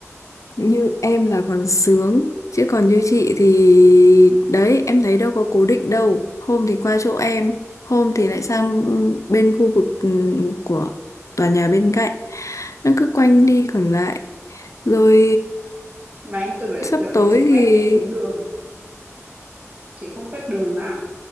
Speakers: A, on the left (about 75°); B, on the right (about 25°).
A: như em là còn sướng chứ còn như chị thì đấy em thấy đâu có cố định đâu hôm thì qua chỗ em hôm thì lại sang bên khu vực ừm, của tòa nhà bên cạnh nó cứ quanh đi còn lại rồi
B: Mà em tưởng là
A: sắp
B: dạo này
A: tới
B: chị quét
A: thì
B: mấy tuyến đường, chị không quét đường nữa à?